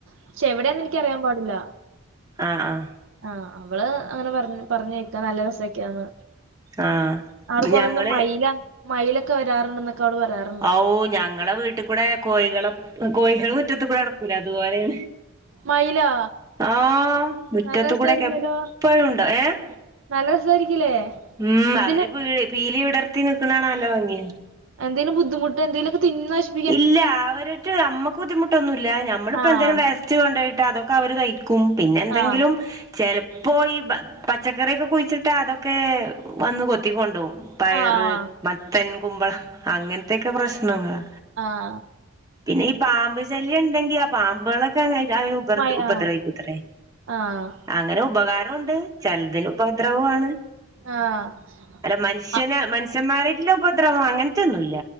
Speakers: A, on the right; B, on the right.
A: പക്ഷെ എവിടാന്ന് എനിക്കറിയാൻ പാടുല.
B: ആഹ് ആഹ്
A: ആഹ് അവള് അങ്ങനെ പറഞ്ഞു പറഞ്ഞ ഇക്കാ നല്ല രസൊക്കെയാന്ന്
B: ആഹ്
A: അവിടെ കൊറെന്താ
B: ഞങ്ങള്
A: മയിലാ മയിലൊക്കെ വരാറുണ്ട്ന്നൊക്കെ അവള് പറയാറു
B: ഔ ഞങ്ങളെ വീട്ടി കൂടെ കോയികള് കോയികള് മുറ്റത്ത് കൂടെ നടക്കൂലെ അതുപോലെയാണ്
A: മയിലാ
B: ആ മുറ്റത്ത്
A: നല്ല രസായിരിക്കൂലോ
B: കൂടൊക്കെ എപ്പഴും ഉണ്ടാ ഏഹ്
A: നല്ല രസായിരിക്കൂലേ
B: ഉം
A: എന്തേലും
B: അവര് പീലി വിടർത്തി നിക്കുന്ന കാണാൻ നല്ല ഭംഗിയാ
A: എന്തേലും ബുദ്ധമുട്ട് എന്തേലുക്കെ തിന്ന് നശി
B: ഇല്ല അവര്ക്ക് നമ്മക്ക് ബുദ്ധിമുട്ടൊന്നുമില്ല ഞമ്മളിപ്പോ
A: ആഹ്
B: എന്തേലും വേസ്റ്റ് കൊണ്ടോയിട്ട അതൊക്കെ അവര് കഴിക്കും ക്കും പിന്നെ എന്തെങ്കിലും
A: ആഹ്
B: ചെലപ്പോ ഈ പച്ചക്കറിയൊക്കെ കുഴിച്ചിട്ടാ അതൊക്കെ വന്ന് കൊത്തി കൊണ്ടോവും പയറ്
A: ആഹ്
B: മത്തൻ കുമ്പളം അങ്ങനത്തൊക്കെ പ്രശ്നങ്ങളാ
A: ആഹ്
B: പിന്നെ ഈ പാമ്പ് ശല്യം ഇണ്ടെങ്കി ആ പാമ്പുകളൊക്കെ അങ്ങ <unintelligible> ഉപ
A: മയി
B: ഉപദ്രവിക്കത്രേ
A: ആഹ് ആഹ്
B: അങ്ങനെ ഉപകാരം ഉണ്ട് ചെലദില് ഉപദ്രവും ആണ്
A: ആഹ്
B: അല്ല മനുഷ്യന്
A: ആഹ്
B: മനുഷ്യന്മാരായിട്ടുള്ള ഉപദ്രവോ അങ്ങനത്തൊന്നുംല്ല